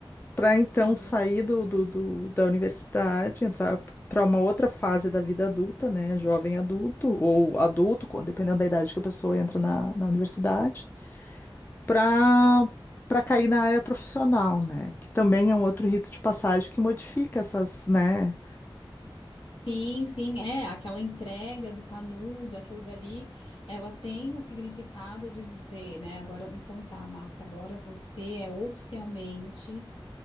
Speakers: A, on the left; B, on the left.
A: para então
B: Sim.
A: sair do, do, do- da universidade, entrar para uma outra fase da vida adulta, né? Jovem adulto ou adulto, com- dependendo da idade que a pessoa entra na, na universidade, para para cair na área profissional, né? Que também é um outro rito de passagem que modifica essas, né?
B: Sim, sim, é aquela entrega do canudo, aquilo dali, ela tem o significado de dizer, né? Agora, então tá, Marta, agora você é oficialmente.